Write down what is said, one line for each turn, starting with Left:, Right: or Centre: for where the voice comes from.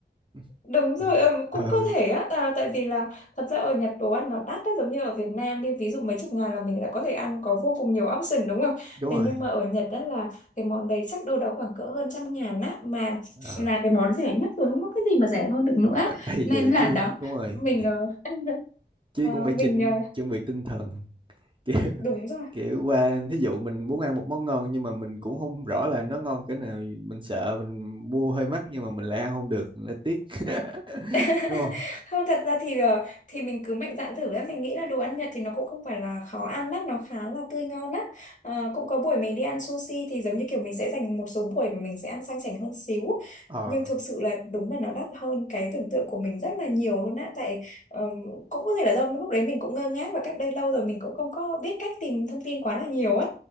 Right: <laughs>
Left: Đúng rồi, ờ, cũng
Right: ừ.
Left: có thể á, à, tại vì là thật ra ở Nhật đồ ăn nó đắt á, giống như ở Việt Nam đi, ví dụ mấy chục ngàn là mình đã có thể ăn có vô cùng nhiều option đúng không?
Right: đúng
Left: Thế
Right: rồi
Left: nhưng mà ở Nhật đó là cái món đấy chắc đâu đó khoảng cỡ hơn trăm ngàn á, mà
Right: ờ
Left: là cái món rẻ nhất rồi, không có cái gì mà rẻ hơn được nữa.
Right: thì
Left: Nên
Right: vậy
Left: là
Right: chứ
Left: đó,
Right: đúng rồi
Left: mình, ờ, <laughs>
Right: chứ
Left: ờ,
Right: cũng phải
Left: mình,
Right: chỉnh
Left: ờ,
Right: chuẩn bị tinh thần <laughs> kiểu
Left: đúng rồi.
Right: kiểu qua thí dụ mình muốn ăn một món ngon nhưng mà mình cũng không rõ là nó ngon cỡ nào mình sợ mình mua hơi mắc nhưng mà mình lại ăn không được lại tiếc <laughs>
Left: <laughs>
Right: đúng không
Left: Không thật ra thì ờ, thì mình cứ mạnh dạn thử ấy mình nghĩ là đồ ăn Nhật thì nó cũng không phải là khó ăn lắm nó khá là tươi ngon á Ờ, cũng có buổi mình đi ăn sushi thì giống như kiểu mình sẽ dành một số buổi mà mình sẽ ăn sang chảnh hơn xíu
Right: ờ
Left: nhưng thực sự là đúng là nó đắt hơn cái tưởng tượng của mình rất là nhiều luôn á tại ờ, cũng có thể là do lúc đấy mình cũng ngơ ngác và cách đây lâu rồi mình cũng không có biết cách tìm thông tin quá là nhiều á